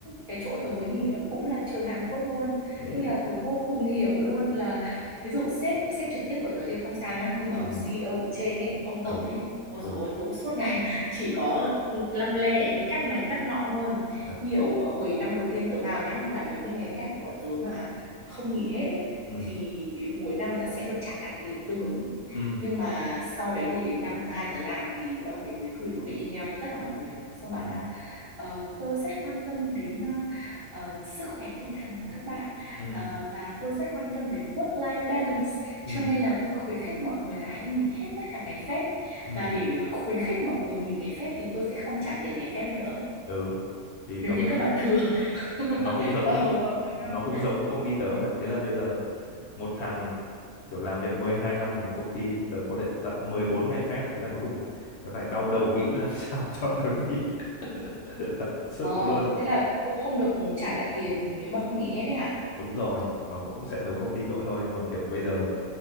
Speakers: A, on the right (about 30°); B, on the left (about 65°).
A: cái chỗ tớ mới nghỉ là cũng là trường Hàn Quốc luôn
B: thế
A: nên là tớ vô cùng hiểu luôn là ví dụ sếp sếp trực tiếp của tớ thì không sao nhá nhưng mà ông
B: ừ
A: CEO ở trên ấy ông tổng
B: ừ
A: ấy ôi
B: ừ
A: dồi ôi cũng suốt ngày <laughs> chỉ có lăm le để đi cắt này cắt nọ thôi
B: thật
A: nhiều hồi năm đầu tiên tớ vào nhá là nếu như ngày phép của bọn tớ mà không nghỉ hết ấy
B: ừ
A: thì đến cuối năm là sẽ được trả lại tiền tương ứng
B: ừ
A: nhưng mà sau đấy thì đến năm thứ hai tớ làm thì ông ấy mới gửi một cái email cho tất cả mọi người xong bảo
B: ừ
A: là "Ờ, tôi rất quan tâm đến ờ, ờ, sức khỏe tinh thần của các bạn
B: ừ
A: ờ, và tôi rất quan tâm đến work-life balance
B: ừ
A: cho nên là tôi khuyến khích mọi người là hãy nghỉ hết tất cả ngày phép
B: ừ
A: và để ờ, khuyến khích mọi người nghỉ ngày phép thì tôi sẽ không trả tiền ngày phép nữa
B: ừ thì
A: nếu
B: nó
A: như
B: cũng
A: các bạn thừa <laughs>
B: nó cũng giống
A: vào vào cuối năm
B: nó cũng giống công ty tớ mà thế là bây giờ một thằng kiểu làm việc 12 năm ở một công ty thì tớ có đến tận 14 ngày phép thế là cuối cùng tớ phải đau đầu nghĩ làm <laughs> sao cho tớ nghỉ <laughs> thật sự
A: ờ
B: luôn
A: thế là cũng không được trả lại tiền nếu mà không nghỉ hết đấy hả
B: đúng rồi nó cũng sẽ giống công ty cậu thôi nhưng mà kiểu bây giờ